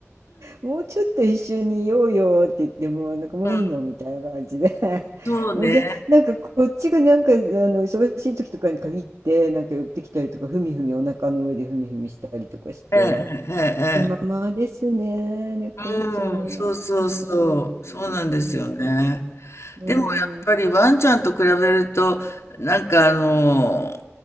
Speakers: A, on the right; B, on the left.
A: もうちょっと一緒にいようよって言っても、なんかもういいのみたいな感じで。
B: うん
A: <laughs>
B: そうね。
A: ほんで、なんかこっちがなんかあの忙しい時とかに限って、なんか寄ってきたりとか、ふみふみお腹の上でふみふみしたりとかして、
B: ええええ
A: 気ままですね、
B: ええ。
A: 猫ちゃんは。
B: うん、そうそうそう。
A: うーん。
B: そうなんですよね。
A: ね。うーん。
B: でもやっぱりワンちゃんと比べると、なんかあの、